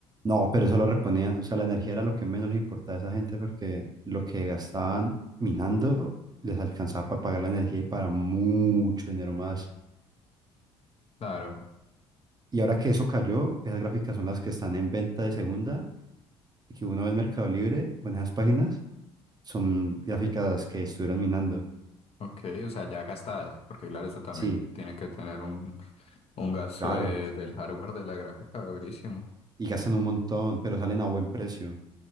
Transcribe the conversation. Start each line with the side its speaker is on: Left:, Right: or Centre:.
Right: No, pero eso lo reponían, o sea, la energía era lo que menos les importaba a esa gente porque lo que gastaban minando les alcanzaba para pagar la energía y para mucho dinero más.
Left: Claro,
Right: Y ahora que eso cayó, esas gráficas son las que están en venta de segunda y que uno ve en Mercado Libre o en esas páginas, son gráficas que estuvieron minando.
Left: ok, o sea, ya gastadas, porque claro, eso también
Right: Sí,
Left: tiene que tener un, un gasto
Right: claro,
Left: de- del hardware de la gráfica, durísimo.
Right: y gastan un montón, pero salen a buen precio.